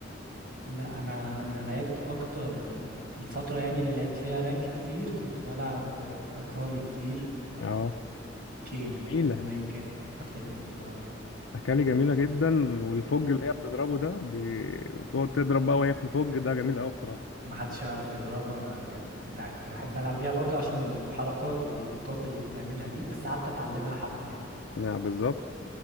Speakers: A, on the right (about 50°); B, on the left (about 80°).
A: لا انا انا لعبت اكتر آه، الفتره يعني اللي لعبت فيها رانك كتير كنت بلعب آه، اكالي كتير
B: <laughs> اه
A: و- وكين
B: جميله
A: هما يمكن اكتر اتنين كنت بلعب بيهم
B: أكالي جميلة جدا والفوج
A: مم.
B: اللي هي بتضربه ده بي- بتقعد تضرب بقى وهي في الفوج ده جميل أوي بصراحة
A: ما حدش يعرف يضربها كانت ممتعه كنت بحب العب بيها برضو عشان الحركات واللقطات اللي بتعملها دي بس قعدت اتعلمها حبه يعني
B: نعم بالظبط